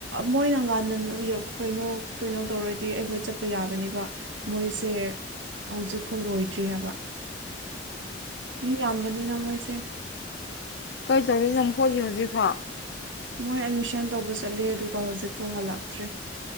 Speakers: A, on the right (about 75°); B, on the left (about 60°).
A: ꯃꯣꯏꯅ ꯉꯟꯅ ꯀꯩꯅꯣ ꯀꯩꯅꯣ ꯇꯧꯔꯗꯤ ꯑꯩꯈꯣꯏ ꯆꯠꯄ ꯌꯥꯕꯅꯦꯕ ꯃꯣꯏꯁꯦ ꯍꯧꯖꯤꯛꯐꯥꯎ ꯂꯣꯏꯗ꯭ꯔꯤ ꯍꯥꯏꯕ ꯃꯤ ꯌꯥꯝꯕꯅꯤꯅ ꯃꯣꯏꯁꯦ
B: ꯀꯩ ꯇꯧꯔꯤꯅ‌ꯣ ꯃꯈ‌ꯣꯏꯗꯤ ꯍꯧꯖꯤꯛꯐꯥꯎ
A: ꯃꯣꯏ ꯑꯦꯠꯃꯤꯁꯟ ꯇꯧꯕ ꯆꯠꯂꯦ ꯑꯗꯨꯒ ꯍꯧꯖꯤꯛ ꯐꯥꯎ ꯍꯜꯂꯛꯇ꯭ꯔꯦ